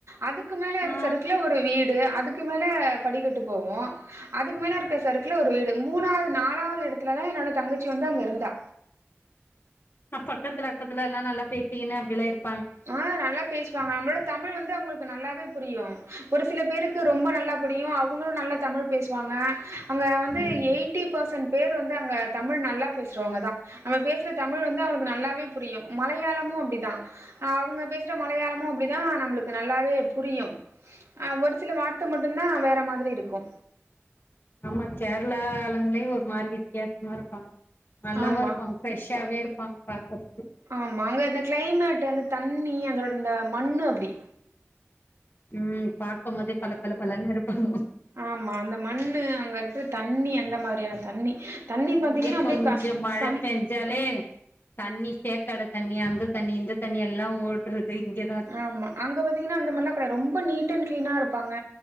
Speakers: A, on the right (about 90°); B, on the left (about 50°).
A: அதுக்கு மேல ஒரு
B: ஆ
A: சருக்ல ஒரு வீடு அதுக்கு மேல படிகட்டு போவு அதுக்கு மேலருக்க சருக்குல ஒரு வீடு மூணாது நாலாவது இடத்துலதா என்னோட தங்கச்சி வந்து அங்க இருந்தா
B: அப்பக்கத்துல அக்கத்துலல்லா நல்லா பேசின்னு அப்டில்லா இருப்
A: ஆ நல்லா பேசுவாங்க நம்மளோட தமிழ் வந்து அவுங்ளுக்கு நல்லாவே புரியு ஒரு சில பேருக்கு ரொம்ப நல்லா புரியு அவுங்ளு நல்லா தமிழ் பேசுவாங்க அங்க வந்து
B: ம்
A: எயிட்டி பர்சன்ட் பேரு வந்து அங்க தமிழ் நல்லா பேசுறவங்கதா நம்ம பேசுற தமிழ் வந்து அவங்ளுக்கு நல்லாவே புரியு மலையாளமு அப்டிதா அ அவங்க பேசுற மலையாளமு அப்டிதா நம்ளுக்கு நல்லாவே புரியு ஆ ஒரு சில வார்த்த மட்டுதா வேற மாதிரிருக்கு
B: ஆமா கேரளா ஆலுங்களே ஒரு மாரி வித்தியாசமாருப்பாங்க நல்லாவுருப்பாங்க
A: ஆமா
B: ஃப்ரெஷ்ஷாவே இருப்பாங்க பாக்றதுக்கு
A: ஆமா அங்க இந்த கிளைமேட் அந்த தண்ணி அதோட இந்த மண்ணு அப்டி
B: ம் பாக்கம் போதே பள பள பளனு இருப்பாங்க
A: ஆமா அந்த மண்ணு அங்கருக்ற தண்ணி அந்த மாரியான தண்ணி தண்ணி
B: இங்ககொஞ்சோ
A: பாத்தீங்கன்னா அப்டியே க
B: மழப்பேஞ்
A: சம்
B: ஞ்சாலே தண்ணி சேக்கட தண்ணி அந்த தண்ணி இந்த தண்ணி எல்லா ஓட் றது இங்கதான்
A: ஆமா அங்க பாத்தீங்கன்னா அந்த மாரிலா கிடையா ரொம்ப நீட் அண்ட் கிளீனா இருப்பாங்க